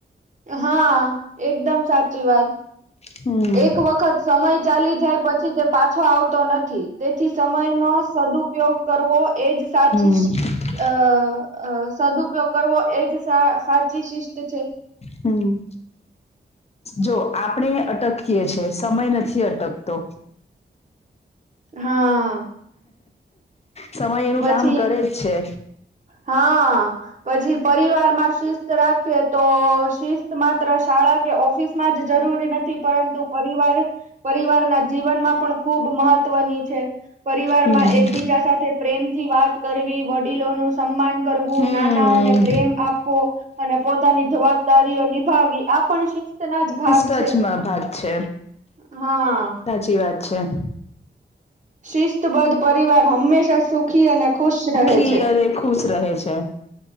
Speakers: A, on the right; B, on the left.
A: હા એકદમ સાચી વાત
B: હમ
A: એક વખત સમય ચાલી જાય પછી તે પાછો આવતો નથી. તેથી સમય નો સદુ ઉપયોગ કરવો એજ સાચી
B: <unintelligible>
A: અ અ સદુઉયોગ કરવો એજ સાચી શિસ્ત છે.
B: હમ. જો આપણે અટકીએ છે સમય નથી અટકતો.
A: હા.
B: સમય એનું
A: પછી
B: કામ કરે જ છે.
A: હા. પછી પરિવારમાં શિસ્ત રાખીએ તો શિસ્ત માત્ર શાળા કે ઓફિસ જરૂરી નથી પરંતુ પરિવાર પરિવારના જીવનમાં પણ ખુબ મહત્વની છે. પરિવારમાં
B: હમ.
A: એકબીજા સાથે પ્રેમથી વાત કરવી વડીલોનું સન્માન કરવું
B: હમ
A: નાનાઓને પ્રેમ આપવો અને પોતાની જવાબદારીઓ નિભાવી આ પણ શિસ્તના જ ભાગ
B: ટચમાં
A: છે
B: ભાગ છે.
A: હા.
B: <unintelligible> વાત છે.
A: શિસ્તબદ્ધ પરિવાર હંમેશા સુખી અને ખુશ રહે.
B: ખીયરે
A: છે
B: એ ખુશ રહે છે.